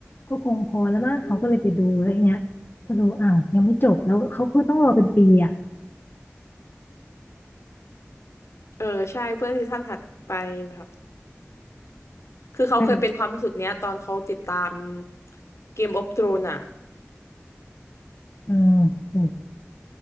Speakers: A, on the left; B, on the left.
A: ก็คงพอแล้วมั้งเขาก็เลยไปดูแล้วทีเนี้ยพอดูอ้าวยังไม่จบแล้วเขาก็ต้องรอเป็นปีอ่ะ
B: อืมเออใช่เพื่อซีซั่นถัดไปนะครับคือเขาเคยเป็นความรู้สึกเนี้ยตอนเขาติดตาม
A: อ่ะ
B: เกมออฟ r ธรน e อะ
A: อืมโห